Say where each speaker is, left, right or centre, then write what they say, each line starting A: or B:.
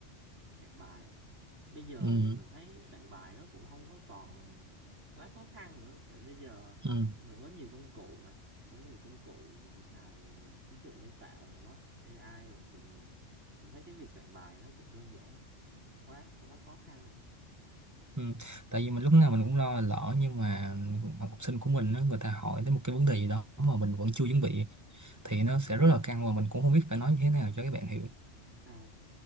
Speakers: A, on the right; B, on the right.
A: soạn bài nào bây giờ
B: ừ
A: thì mình thấy soạn bài nó cũng không có còn quá khó khăn nữa tại bây giờ
B: ừ
A: mình có nhiều công cụ mà có nhiều công cụ xài trí tuệ nhân tạo rồi đó AI rồi thì mình mình thấy cái việc soạn bài nó cũng đơn giản quá không quá khó khăn nữa
B: Ừ. Tại vì mình lúc nào mình cũng lo lỡ nhưng mà học sinh của mình á, người ta hỏi tới một cái vấn đề gì đó mà mình vẫn chưa chuẩn bị thì nó sẽ rất là căng và mình cũng không biết phải nói như thế nào cho các bạn hiểu
A: à